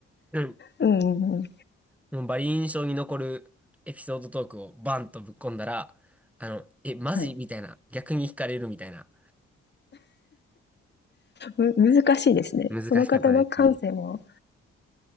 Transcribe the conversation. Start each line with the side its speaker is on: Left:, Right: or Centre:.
Centre: うん。
Left: うんうんうん。
Centre: もうバリ印象に残るエピソードトークをバンとぶっ込んだら、あの、え、マジみたいな、
Left: はい。
Centre: 逆に惹かれるみたいな。
Left: む、難しいですね。
Centre: 難しかったですね。
Left: その方の感性も。